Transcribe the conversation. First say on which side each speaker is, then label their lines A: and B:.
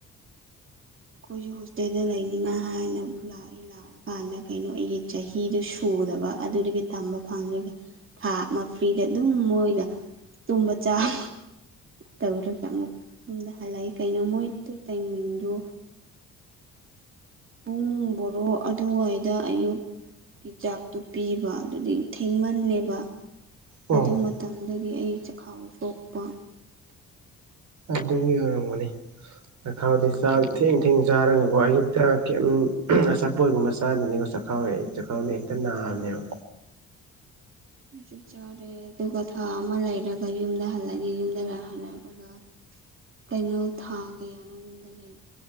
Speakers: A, on the right (about 40°); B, on the right (about 65°).
A: ꯑꯩꯈꯣꯏꯁꯨ ꯍꯣꯁꯇꯦꯜꯗ ꯂꯩꯅꯤꯡꯉꯥꯢ ꯍꯥꯏꯅ ꯂꯥꯛꯏ ꯂꯥꯎꯔ ꯀꯥꯟꯗ ꯀꯩꯅꯣ ꯑꯩꯒꯤ ꯆꯍꯤꯗꯨ ꯁꯨꯗꯕ ꯑꯗꯨꯗꯒꯤ ꯇꯝꯕ ꯐꯪꯗ꯭ꯔꯕꯩ ꯊꯥ ꯑꯃ ꯐ꯭ꯔꯤꯗ ꯑꯗꯨꯝ ꯃꯣꯏꯗ ꯇꯨꯝꯕ ꯆꯥꯕ ꯇꯧꯔꯒ ꯑꯃꯨꯛ ꯌꯨꯝꯗ ꯍꯜꯂꯛꯏ ꯀꯩꯅꯣ ꯃꯣꯏꯗꯨ ꯇꯥꯏꯃꯤꯡꯗꯨ ꯄꯨꯡ ꯕꯣꯔꯣ ꯑꯗꯨꯋꯥꯏꯗ ꯑꯌꯨꯛ ꯒꯤ ꯆꯥꯛꯇꯨ ꯄꯤꯕ ꯑꯗꯨꯗꯒꯤ ꯊꯦꯡꯃꯟꯅꯦꯕ
B: ꯑꯣ
A: ꯑꯗꯨ ꯃꯇꯝꯗꯒꯤ ꯑꯩ ꯆꯈꯥꯎ ꯁꯣꯛꯄ
B: ꯑꯗꯨꯒꯤ ꯑꯣꯏꯔꯝꯒꯅꯤ ꯆꯈꯥꯎꯗꯤꯥ
A: ꯑꯗꯨ
B: ꯆꯥꯛ ꯊꯦꯡ
A: ꯑꯣꯏꯔꯦ
B: ꯊꯦꯡ ꯆꯥꯔꯒꯀꯣ
A: ꯑꯗꯨꯒ
B: ꯑꯌꯨꯛꯇ ꯀꯩꯌꯤꯝ ꯑꯆꯥꯄꯣꯠꯒꯨꯝꯕ ꯆꯥꯗꯗꯤ ꯆꯥꯛꯈꯥꯎ ꯆꯥꯛꯈꯥꯎꯗ ꯍꯦꯛꯇ ꯅꯥꯕꯅꯦꯕ
A: ꯑꯗꯨꯨꯨ ꯆꯥꯔꯦ ꯑꯗꯨꯒ ꯊꯥ ꯑꯃ ꯂꯩꯔꯒ ꯌꯨꯝꯗ ꯍꯜꯂꯛ ꯑꯗꯤ ꯌꯨꯝꯗ ꯂꯍꯜꯂꯛꯑꯒ ꯀꯩꯅꯧ ꯊꯥ ꯀꯌꯥꯅꯣ ꯌꯨꯝꯗ ꯂꯩ